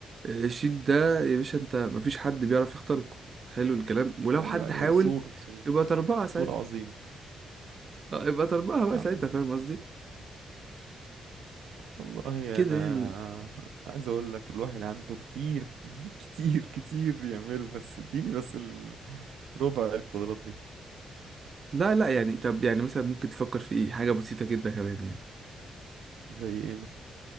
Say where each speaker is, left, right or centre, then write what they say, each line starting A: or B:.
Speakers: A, on the right (about 35°); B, on the right (about 80°).
A: آه، الشيلد ده يا باشا انت مفيش حد بيعرف يخترقه حلو الكلام ولو
B: ايوه
A: حد حاول
B: ايوه سور سور
A: يبقى تربعة ساعتها
B: سور عظيم
A: آه، يبقى تربعة بقى
B: اعمل
A: ساعتها فاهم قصدي
B: والله
A: كده
B: انا
A: يعني
B: عايز اقول لك الواحد عنده كتير <laughs> كتير كتير يعمله بس اديني بس ال- ربع القدرات دي
A: لا لا يعني طب يعني مثلا ممكن تفكر في ايه حاجة بسيطة جدا كمان يعني
B: زي ايه مثلا